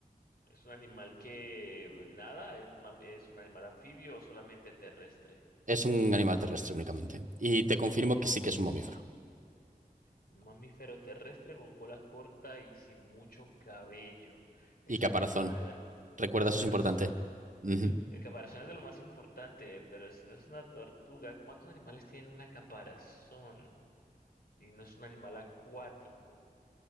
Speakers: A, on the left; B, on the right.
A: es un animal que nada, es, mam- es un animal anfibio o solamente terrestre.
B: Es un animal terrestre únicamente. Y te confirmo que sí que es un mamífero.
A: Un mamífero terrestre con cola corta y sin mucho cabello. Este
B: Y caparazón.
A: animal
B: Recuerda,
A: y caparazón.
B: eso es importante. Ujú.
A: El caparazón es de lo más importante, pero si no es una tortuga, ¿cuántos animales tienen una caparazón? Y no es un animal acuático.